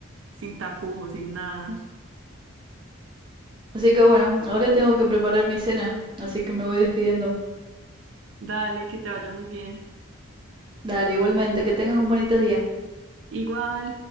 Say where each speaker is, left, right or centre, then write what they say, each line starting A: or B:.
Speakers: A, on the right; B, on the right.
A: sin tapujos, sin nada.
B: Así que bueno, ahora tengo que preparar mi cena, así que me voy despidiendo.
A: Dale, que te vaya muy bien.
B: Dale, igualmente, que tengas un bonito día.
A: Igual.